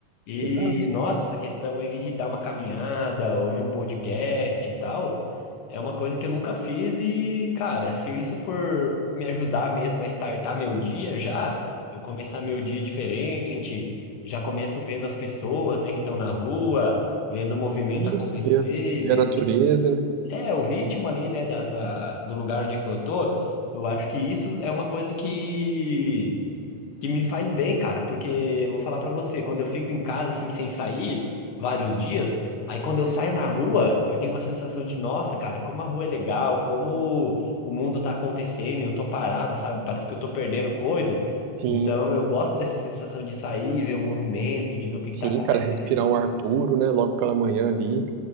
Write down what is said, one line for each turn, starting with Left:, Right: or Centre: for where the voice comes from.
Left: E,
Right: exato.
Left: nossa, essa questão aí de dar uma caminhada, ouvir um podcast e tal, é uma coisa que eu nunca fiz e, cara, se isso for me ajudar mesmo a startar meu dia já, eu começar meu dia diferente, já começo vendo as pessoas, né, que estão na rua, vendo o movimento acontecer,
Right: Isso, ver, ver
Left: ver
Right: a natureza,
Left: o que
Right: né?
Left: é o ritmo ali, né, da, da- do lugar onde é que eu tô, eu acho que isso é uma coisa que que me faz bem, cara, porque vou falar pra você, quando eu fico em casa assim sem sair vários dias, aí quando eu saio na rua, eu tenho uma sensação de, nossa, cara, como a rua é legal, como o mundo tá acontecendo, eu tô parado, sabe? Parece que eu tô perdendo coisa.
Right: Sim,
Left: Então eu gosto dessa sensação de sair, ver o movimento, de ver o que
Right: sim,
Left: que tá acontecendo.
Right: cara, respirar um ar puro, né? Logo pela manhã ali.